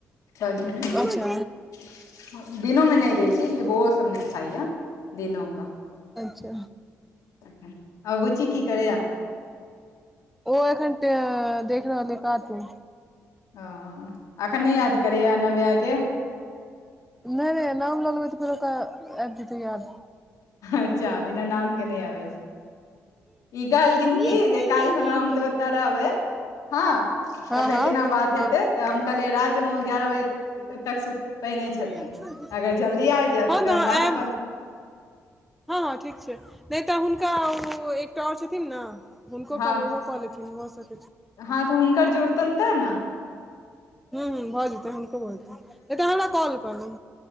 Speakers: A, on the left; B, in the centre.
A: सब्जीमे।
B: अच्छा
A: दिनो मे नै रही छै वो सभ ना खाई या दिनो क।
B: अच्छा
A: तखन आ बूची कि करैया?
B: ओ एखन देख रहल छै काटुन।
A: ओ, एखन नहि याद करैए नव्यके।
B: नहि नहि नाम लगलै तऽ फेर ओकरा आब जेतै याद।
A: अच्छा बिना नामके नहि अबै ई कहलखिन
B: ये
A: की
B: ना
A: जे
B: ये
A: काल्हि
B: ये
A: खुना हम
B: ये
A: तऽ। तरबे हँ
B: हँ
A: त फेर
B: हँ
A: केना बात
B: हँ
A: हेतै तऽ हम कहलियै रातिमे गयारह बजे तक सुत पहि नहि
B: छोड़ि
A: छथिन
B: छोड़ि दे
A: अगर जल्दी आबि जायत
B: हँ
A: तऽ
B: ने
A: फेर हम
B: आयब
A: बात करब
B: हँ हँ ठीक छै नहि तऽ हुनका ओ एकटा आओर छथिन ना हुनको
A: हँ
B: क ओहोऽ लेथिन भ
A: हँ तऽ हुनकर जुड़तनि तऽ नै
B: हू ह भऽ जेतै हुनक भ जेतए तऽ हमरा कल करू